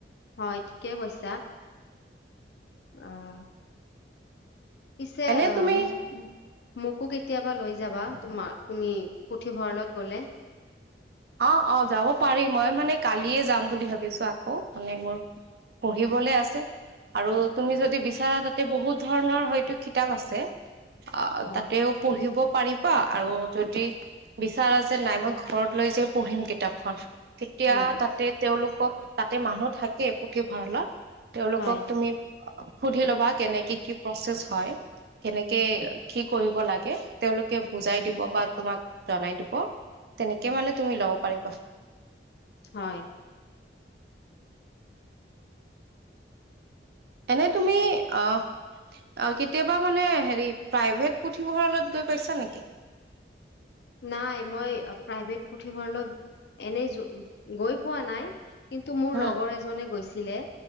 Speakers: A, on the left (about 65°); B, on the right (about 60°).
A: হয়, ঠিকে কৈছা। আহ। পছে
B: এনে
A: আহ
B: তুমি
A: উ মোকো কেতিয়াবা লৈ যাবা তোমাৰ তুমি পুথিভঁৰালত গ'লে।
B: অ', অ', যাব পাৰি মই মানে কালিয়ে যাম বুলি ভাবিছো আকৌ, মানে মোৰ পঢ়িবলে আছে আৰু তুমি যদি বিচাৰা তাতে বহুত ধৰণৰ হয়তো খিতাপ আছে। অ',
A: হয়
B: তাতেও পঢ়িব পাৰিবা, আৰু যদি বিচাৰা যে নাই মই ঘৰত লৈ যাই পঢ়িম কিতাপখন তেতিয়া
A: হয়
B: তাতে তেওঁলোকক তাতে মানুহ থাকে পুথিভঁৰালত তেওঁলোকক
A: হয়
B: তুমি সুধি লবা কেনেকে কি প্ৰচছ হয়, কেনেকে কি কৰিব লাগে তেওঁলে বুজাই দিব বা তোমাক জনাই দিব, তেনেকে মানে তুমি লব পাৰিবা।
A: হয়।
B: এনে তুমি আহ অ' কেতিয়াবা মানে হেৰি প্ৰাইভেট পুথিভঁৰালত গৈ পাইছা নেকি?
A: নাই মই প্ৰাইভেট পুথিভঁৰালত এনেই য গৈ পোৱা নাই, কিন্তু মোৰ
B: উম
A: লগৰ এজনে গৈছিলে।